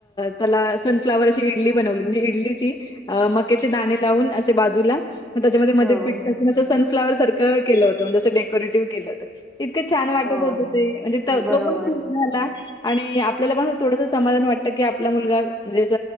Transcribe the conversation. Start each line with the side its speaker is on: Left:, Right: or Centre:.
Left: त्याला सनफ्लावरची इडली बनवली म्हणजे इडलीची अ मकेचे दाणे लावून असे बाजूला मग त्याच्यामध्ये मध्ये
Centre: हो
Left: पीठ टाकून असं सनफ्लावर सारख केलं होतं म्हणजे असं डेकोरेटिव्ह केलेलं. इतकं छान वाटत
Centre: हो
Left: होत ते म्हणजे तो
Centre: बरोबर
Left: पण खूश झाला आणि आप आपल्याला पण थोडस समाधान वाटतं की आपला मुलगा जस